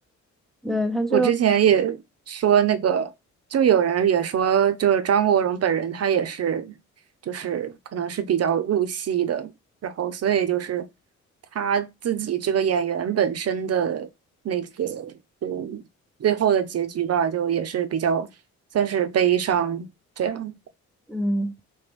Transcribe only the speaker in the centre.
对，他就
嗯，